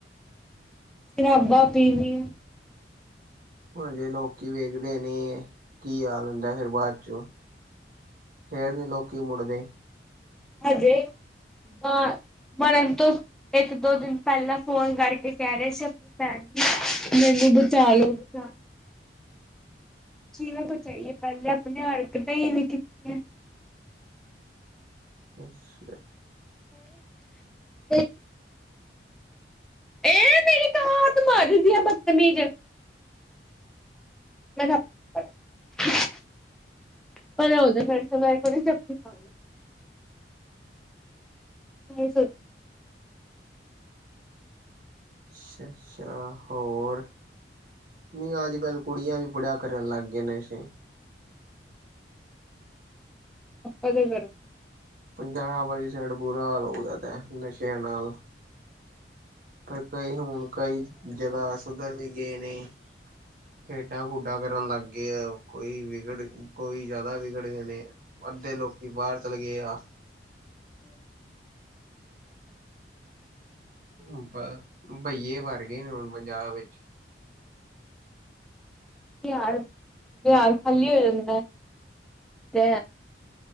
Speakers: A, in the centre; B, on the right (about 50°).
A: ਸ਼ਰਾਬਾਂ ਪੀਵੀ ਆ-
B: ਉਹ ਜੇ ਲੋਕੀ ਵੇਖਦੇ ਨੇ। ਕੀ ਹਾਲ ਹੁੰਦਾ ਫਿਰ ਬਾਅਦ ਚੋਂ, ਫੇਰ ਨੀ ਲੋਕੀ ਮੁੜਦੇ।
A: ਹਜੇ ਮ ਮਰਨ ਤੋਂ ਇੱਕ ਦੋ ਦਿਨ ਪਹਿਲਾਂ ਫੋਨ ਕਰਕੇ ਕਹਿ ਰਹੇ ਸੀ ਆਪਣੀ ਭੈਣ ਮੈਨੂੰ ਬਚਾਾਲੋ ਬਚਾ ਜਵੇਂ ਬਚਾਈਏ ਪਹਿਲੇ ਆਪਣੇ ਹਰਕਤਾਂ ਹੀ ਐਵੇਂ ਕੀਤੀਆਂ।
B: ਅਛ
A: ਅ ਇਹ ਮੇਰੀ ਕਹਾਤ ਮਰਦੀ ਆ ਬਦਤਮੀਜ- ਮੈਂਨੂੰ ਅਪਣੇ ਪਰੇ ਹੋ ਜਾ ਫ਼ਿਰ ਸੇ ਮੈਂ ਇੱਕ ਵਾਰ ਜੱਫ਼ੀ ਪਾਣੀ। ਨਹੀਂ ਸੋਚ
B: ਅੱਛਾ ਅੱਛਾ ਹੋਰ? ਨੀ ਅੱਜ ਕੱਲ ਕੁੜੀਆਂ ਵੀ ਬੜਾ ਕਰਨ ਲੱਗ ਗੀਆਂ ਨਸ਼ੇ।
A: ਆਪਾਂ ਤੇ ਕਰ-
B: ਪੰਜਾਬ ਵਾਲੀ ਸਾਈਡ ਬੁਰਾ ਹਾਲ ਹੋ ਗਿਆ ਐ ਨਸ਼ੇ ਸ਼ਿਆ ਨਾਲ। ਪਰ ਕਈ ਹੁਣ ਕਈ ਜਗ੍ਹਾ ਸੁਧਰ ਵੀ ਗਏ ਨੇ, ਖੇਡਾਂ ਖੂਡਾ ਡਾ ਕਰਨ ਲੱਗ ਗਏ ਆ ਕੋਈ ਵਿਗੜ ਕੋਈ ਜ਼ਿਆਦਾ ਵਿਗੜ ਗਏ ਨੇ ਅੱਧੇ ਲੋਕੀ ਬਾਹਰ ਚਲੇ ਗਏ ਆ ਹਾ ਪਰ ਬਹੀਏ ਵਰ ਗਏ ਨੇ ਹੁਣ ਪੰਜਾਬ ਵਿੱਚ
A: ਬੀਹ ਬੀਹਾਰ ਖਾਲੀ ਹੋ ਜਾਂਦਾ ਤੇ